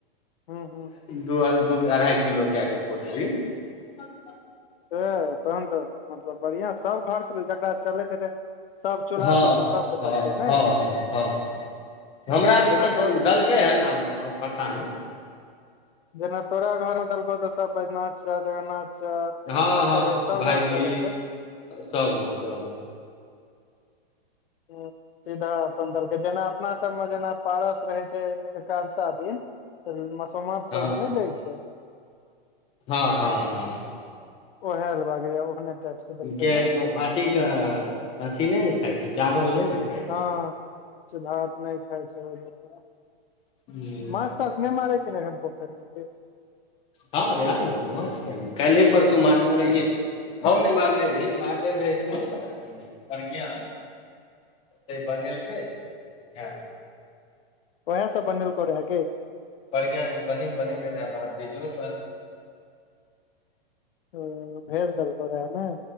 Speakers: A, on the left (about 65°); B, on the left (about 20°).
A: हूँ हूँ
B: द दू अढ़ाई किलो क के पोटली सब
A: से तहन तऽ मतलब बढ़ियां सब घरके जकरा चलैत हेतै सब चूल्हा
B: हँ
A: पिछु सबके
B: हँ
A: देलकै ने
B: हँ हँ हँ हमरा दिसन
A: जेना
B: तऽ
A: तो
B: दलकै के एहन आब पता नहि
A: जेना तोरा घर मे देलकौ तो सब बैद्यनाथ साह जगन्नाथ अच्छा
B: हँ
A: पंकज
B: हँ
A: भाई
B: हँ
A: सब
B: भायजी
A: घर मे देने हेतै
B: सबमे सबमे
A: हुँ सीधा अपन देलकै जेना अपना सबमे जेना पारस रहै छै एकादसा दिन त मसोमात सबके
B: हँ
A: नहि दै छै
B: हँ हँ हँ
A: ओह लागे या ओहने टाइप से देलकै
B: के
A: ने
B: अथी के अथी नहि ने खााय छी चावल नहि ने खाइ
A: हँ भात नहि खाइ छै ओहि दुआरे
B: छै
A: माछ ताछ ने मारै छै ने पोखर मे
B: हँ रे आ ने त मछ क कायलेह परसू मारने रहिै ये नै मारने रहिये मारने रहैय त बनेलकै हँ
A: ओहा सब बनेलको रहा की
B: बढ़ियाँ सँ बहिन बनने रहै हमरा वीडियो -
A: ओ भेज देलकौ रहा ने